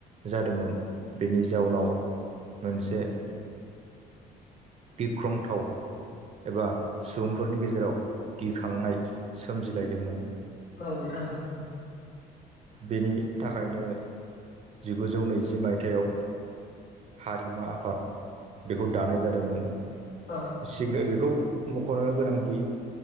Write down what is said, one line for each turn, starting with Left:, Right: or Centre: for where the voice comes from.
Right: जादोंमोन। बेनि जाउनाव मोनसे गिख्रंथाव एबा सुबुंफोरनि गेजेराव गिखांनाय सोमजिलायदोंमोन।
Left: औ नोंथां।
Right: बेनि थाखायनो जिगुजौ नैजि मायथायाव हारिमु आफाद बेखौ दानाय जादोंमोन।
Left: औ।
Right: सिग बेखौ मख'नो गोनांदि